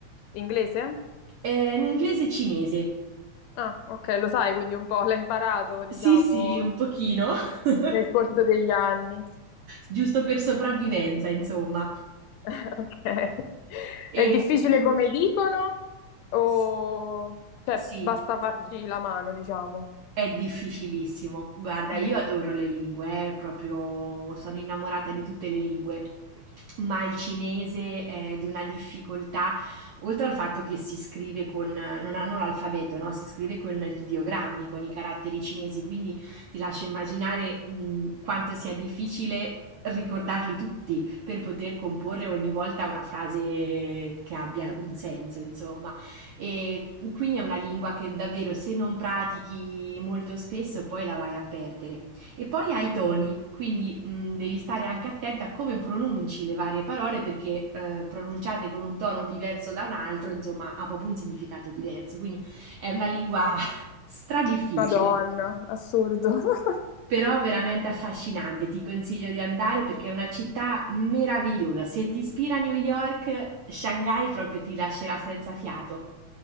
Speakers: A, on the left (about 80°); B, on the right (about 75°).
A: inglese?
B: Eh, in inglese e cinese.
A: Ah, ok, lo sai, quindi un po' l'hai imparato, diciamo,
B: Sì, sì, un pochino. <laughs>
A: nel corso degli anni.
B: Giusto per sopravvivenza, insomma.
A: <laughs> Ok.
B: E
A: È difficile come dicono o
B: s
A: cioè,
B: sì.
A: basta farci la mano, diciamo?
B: È difficilissimo. Guarda,
A: Mm.
B: io adoro le lingue, eh, proprio sono innamorata di tutte le lingue. Ma il cinese è di una difficoltà, oltre al fatto che si scrive con, non hanno l'alfabeto, no? Si scrive con gli ideogrammi, con i caratteri cinesi, quindi ti lascio immaginare, mh, quanto sia difficile ricordarli tutti per poter comporre ogni volta una frase che abbia un senso, insomma. E quindi è una lingua che davvero se non pratichi molto spesso poi la vai a perdere. E poi hai i toni, quindi mh, devi stare anche attenta a come pronunci le varie parole perché eh, pronunciate con un tono diverso da un altro, insomma, ha proprio un significato diverso. Quindi è una lingua <laughs> stradifficile.
A: Madonna, assurdo. <laughs>
B: Però veramente affascinante, ti consiglio di andare perché è una città meravigliosa. Se ti ispira New York, Shanghai proprio ti lascerà senza fiato.